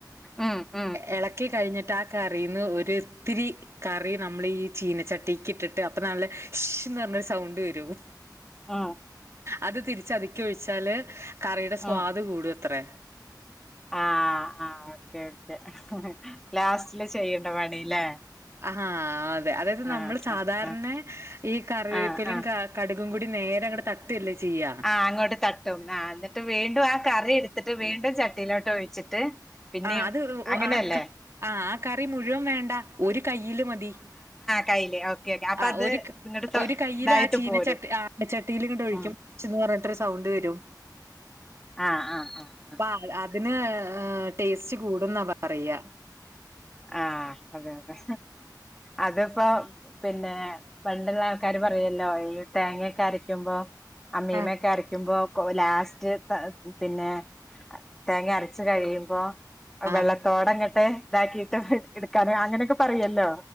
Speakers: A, in the centre; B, on the right.
A: ഉം ഉം
B: ഇളക്കി കഴിഞ്ഞിട്ട് ആ കറിന്ന് ഒരിത്തിരി കറി നമ്മൾ ഈ ചീനച്ചട്ടിക്ക് ഇട്ടിട്ട് അപ്പൊ നല്ല ഇഷന്ന് പറഞ്ഞൊരു സൗണ്ട് വരും
A: ആ
B: അത് തിരിച്ച് ചതിക്ക് ഒഴിച്ചാല് കറിയുടെ സ്വാദ്
A: ഉം
B: കൂടൂ അത്രേ
A: ആഹ് ആ ഓക്കെ ഓക്കേ ലാസ്റ്റില് ചെയ്യേണ്ട പണില്ലേ
B: ഹാ അതെ അതായത് നമ്മൾ
A: ആഹ്
B: സാധാരണ
A: ആഹ് ആഹ്
B: ഈ കറിവേപ്പിലും
A: ആഹ് ആഹ്
B: ക കടുകും കൂടി നേരെ അങ്ങട്ട് തട്ട ത്തില്ലേ ചെയ്യാം
A: ആഹ് അങ്ങോട്ട് തട്ടും ആ എന്നിട്ട് വീണ്ടും ആ കറി എടുത്തിട്ട് വീണ്ടും ചട്ടിയിലോട്ട് ഒഴിച്ചിട്ട് പിന്നെയും
B: ആ അത്
A: അങ്ങനെയല്ലേ
B: ആ ആ് ആ കറി മുഴുവൻ വേണ്ട ഒരു കയ്യില് മതി
A: കൈയിൽ ഓക്കെ ഓക്കെ അപ്പൊ
B: ആ
A: അത്
B: ഒരു
A: ഇങ്ങോട്ട് തൊ-
B: ഒരു കയ്ൽ
A: ഇതായിട്ട്
B: ആ ചീനച്ചട്ടി
A: പോരും
B: ആനച്ചട്ടിൽ ഇങ്ങണ്ട് ഒഴിക്കും
A: ഉം
B: ച്ചന്ന് പറഞ്ഞിട്ടൊരു സൗണ്ട് വരും
A: ആഹ് ആഹ് ആഹ്ആഹ്
B: അപ്പ അതിന് ടേസ്റ്റ് കൂടുന്ന പറയ
A: ആഹ് അതെ അതെ അതിപ്പോ പിന്നെ പണ്ടുള്ള ആൾക്കാര് പറയൂല്ലോ ഈ തേങ്ങൊക്കെ അരയ്ക്കുമ്പോ അമ്മിമേക്കെ
B: ആ
A: അര കുമ്പോ ലാസ്റ്റ് പിന്നെ തേങ്ങ അരച്ച് കഴിയുമ്പോ
B: ആ
A: വെള്ളത്തോടങ്ങട്ടെ ഇതാക്കിട്ട് എടുക്കൻ അങ്ങനെയൊക്കെ പറയല്ലോ